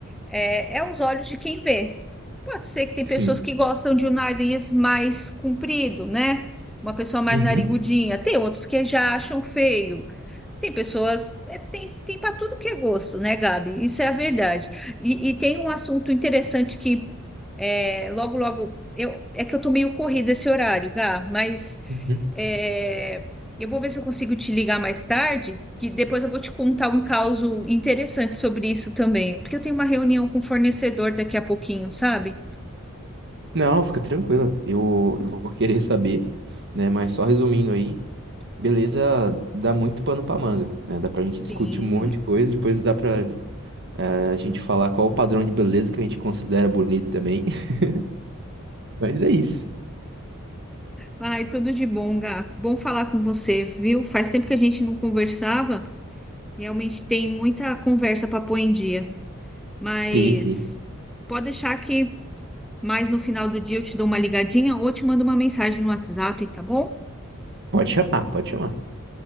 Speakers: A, in the centre; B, on the right.
A: É, é os olhos de quem vê. Pode ser que tem
B: Sim.
A: pessoas que gostam de um nariz mais comprido, né? Uma pessoa mais
B: Uhum.
A: narigudinha. Tem outros que já acham feio. Tem pessoas, é, tem, tem para tudo que é gosto, né, Gabi? Isso é a verdade. E, e tem um assunto interessante que é, logo, logo, eu, é que eu tô meio corrida esse horário, Gá, mas
B: Uhum.
A: é, eu vou ver se eu consigo te ligar mais tarde, que depois eu vou te contar um caso interessante sobre isso também, porque eu tenho uma reunião com o fornecedor daqui a pouquinho, sabe?
B: Não, fica tranquila. Eu, eu vou querer saber, né? Mas só resumindo aí, beleza, dá muito pano pra manga, né? Dá pra gente discutir
A: Sim.
B: um monte de coisa, depois dá pra eh, a gente falar qual o padrão de beleza que a gente considera bonito também. <laughs> Mas é isso.
A: Ai, tudo de bom, Gá. Bom falar com você, viu? Faz tempo que a gente não conversava. Realmente tem muita conversa para pôr em dia. Mas
B: Sim, sim.
A: pode deixar que mais no final do dia eu te dou uma ligadinha ou te mando uma mensagem no WhatsApp, tá bom?
B: Pode chamar, pode chamar.